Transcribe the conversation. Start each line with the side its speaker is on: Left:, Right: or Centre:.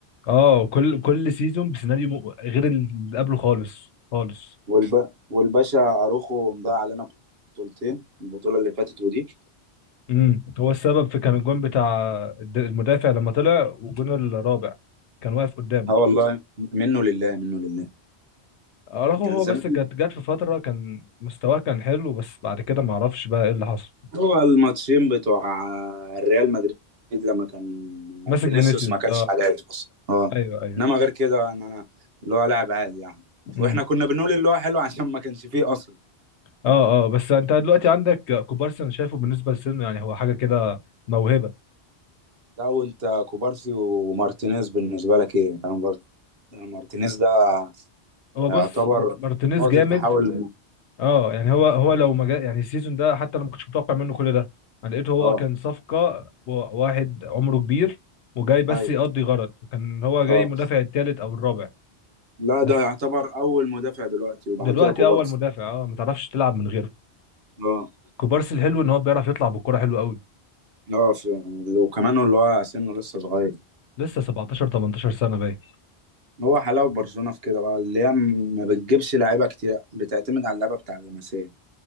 Left: اه كل كل سيزون بسيناريو م- غير اللي قبله خالص خالص
Right: والب... والباشا اروخو مضيع علينا بطولتين البطولة اللي فاتت ودي
Left: امم هو السبب في كان الجون بتاع الد- المدافع لما طلع والجون الرابع كان واقف قدامه
Right: اه والله منه لله منه لله
Left: اراخو
Right: كان
Left: هو
Right: زمان
Left: بس كانت جت في فتره كان مستواه كان حلو بس بعد كده ما اعرفش بقى ايه اللي حصل
Right: هو الماتشين بتوع الريال مدريد لما كان
Left: ماسك
Right: فينيسيوس
Left: فينيسيوس
Right: ما كانش
Left: اه
Right: حاجه اصلا اه
Left: ايوه ايوه
Right: انما غير كده ان انا اللي هو لاعب عادي يعني
Left: امم
Right: واحنا كنا بنقول اللي هو حلو عشان ما كانش فيه اصلا
Left: اه اه بس انت دلوقتي عندك كوبارسي انا شايفه بالنسبه لسنه يعني هو حاجه كده موهبه
Right: لا وانت كوبارسي ومارتينيز بالنسبه لك ايه انت مار- مارتينيز ده
Left: هو
Right: يعتبر
Left: بص مارتينيز
Right: نقطه
Left: جامد
Right: تحول لم-
Left: اه يعني هو هو لو ما جا يعني السيزون ده حتى انا ما كنتش متوقع منه كل ده انا لقيته هو
Right: اه
Left: كان صفقه و- واحد عمره كبير وجاي بس
Right: ايوه
Left: يقضي غرض كان هو جاي
Right: اه
Left: مدافع الثالث او الرابع
Right: لا
Left: بس
Right: ده يعتبر اول مدافع دلوقتي وبعد
Left: دلوقتي
Right: كده كوبارسي
Left: اول مدافع اه ما تعرفش تلعب من غيره
Right: اه
Left: كوبارسي الحلو ان هو بيعرف يطلع بالكرة حلو قوي
Right: اه ف- وكمان اللي هو سنه لسه صغير
Left: لسه 17 18 سنة باين
Right: هو حلاوة برشلونة في كده بقى اللي هي م- ما بتجيبش لعيبة كتير بتعتمد على اللعبة بتاع اللمسية